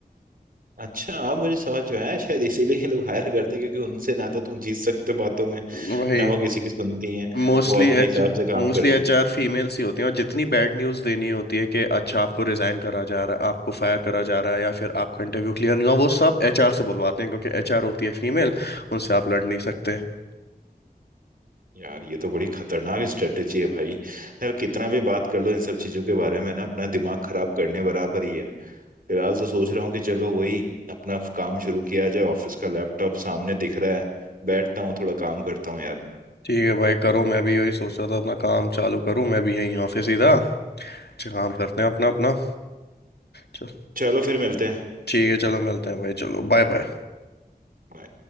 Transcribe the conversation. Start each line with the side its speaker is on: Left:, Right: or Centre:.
Right: अच्छा अब मुझे समझ में आया शायद इसीलिए ये लोग हायर करते हैं, क्योंकि उनसे ना तो तुम जीत सकते हो बातों में
Left: वही
Right: ना वो किसी की सुनती हैं
Left: mostly
Right: वो अपने
Left: H
Right: हिसाब से काम
Left: mostly
Right: करती
Left: HR
Right: हैं
Left: females ही होती हैं और जितनी बैड न्यूज़ देनी होती है कि अच्छा आपको रिजाइन करा जा रहा है आपको फायर करा जा रहा है या फिर आपका इंटरव्यू क्लियर नहीं हुआ वो सब एचआर से बुलवाते हैं क्योंकि एचआर होती है फीमेल उनसे आप लड़ नहीं सकते
Right: यार ये तो बड़ी खतरनाक स्ट्रेटेजी है भाई यार कितना भी बात कर लो इन सब चीजों के बारे में ना अपना दिमाग खराब करने बराबर ही है फिलहाल तो सोच रहा हूँ कि चलो वही अपना काम शुरू किया जाए ऑफिस का लैपटॉप सामने दिख रहा है बैठता हूँ थोड़ा काम करता हूँ यार
Left: ठीक है भाई करो मैं भी यही सोच रहा था अपना काम चालू करूं मैं भी यहीं ऑफिस ही था अच्छा, काम करते हैं अपना अपना चल
Right: चलो फिर मिलते हैं
Left: ठीक है चलो मिलते हैं भाई चलो बाय बाय
Right: Bye.